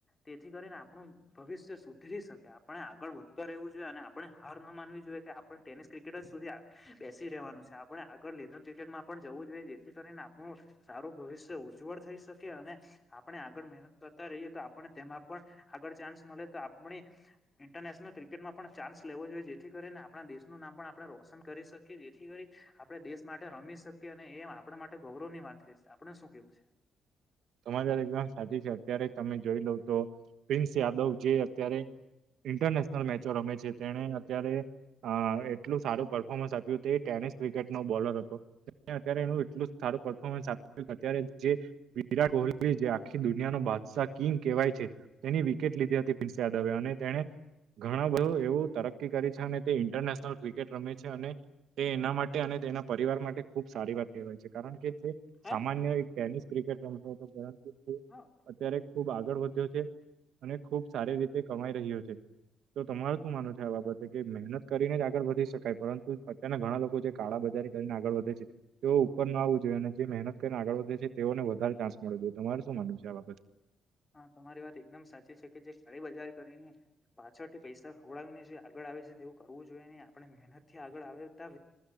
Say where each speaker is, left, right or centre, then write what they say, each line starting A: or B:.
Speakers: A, on the left; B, on the right.
A: તેથી કરીને આપણું ભવિષ્ય સુધરી શકે આપ આપ આગળ વધતો રહેવું જોઈએ અને આપણે હાર ના માનવી જોઈએ કે આપણે ટેનિસ ક્રિકેટર સુધી બેસી રહેવાનું છે. આપણે આગળ લેધર ક્રિકેટમાં પણ જવું જોઈએ જેથી કરીને આપણું સારું ભવિષ્ય ઉજ્જવળ થઈ શકે અને આપણે આગળ મહેનત કરતા રહીએ તો આપને તેમાં પણ આગળ ચાન્સ મળે તો આપણી ઇન્ટરનેશનલ ક્રિકેટમાં પણ ચાન્સ લેવો જોઈએ જેથી કરીને આપણા દેશનું નામ પણ આપણે રોશન કરી શકીએ જેથી કરી આપડે દેશ માટે રમી શકીએ અને એ આપણે માટે ગૌરવની વાત કરીશ આપડ શું કેવું છે?
B: તમારી વાત એકદમ સાચી છે અત્યારે તમે જોઈ લો તો પ્રિન્સ યાદવ જે અત્યારે ઇન્ટરનેશનલ મેચો રમે છે તેને અત્યારે અ એટલું સારું પરર્ફોર્મન્સ આપ્યું તે બોલર હતો એ એટલું સારું ફોર્મન્સ આપ્યું અત્યારે જે વિરાટ કોહલી જે આખી દુનિયાનો બાદશાહ કિંગ કહેવાય છે તેની વિકેટ લીધી હતી પ્રિન્સ યાદવે અને એણે. ઘણા બધું એવું તરકી કરે છે અને તે ઇન્ટરનેશનલ ક્રિકેટ રમે છે અને તે એના માટે અને તેના પરિવાર માટે ખુબ સારી વાત કહેવાય છે કારણ કે તે
A: હા
B: સામાન્ય ટેનિસ ક્રિકેટ <unintelligible>
A: હા
B: અત્યારે ખૂબ આગળ વધ્યો છે અને ખૂબ સારી રીતે કમાઈ રહ્યો છે. તો તમાર શું માનું છે આ બ છેકે મહેનત કરીને જ આગળ વધી શકાય પરંતુ અત્યારના ઘણા લોકો જે કાળા બજારી કરીને આગળ વધે છે. તેઓ ઉપર ન આવવું જોએ અને જે મહેનત કરીને આગળ વધે છે તેઓને વધારે ચાન્સ તમારે શું માનવું છે આ બાબતે?
A: હા, તમારી વાત એકદમ સાચી છેકે જે કાળી બજાર કરીને પાછળથી પૈસા ખવડાવીને જે આગળ તેવું કરવું જોઈએ ન આપણે મહેનતથી આગળ આવેતા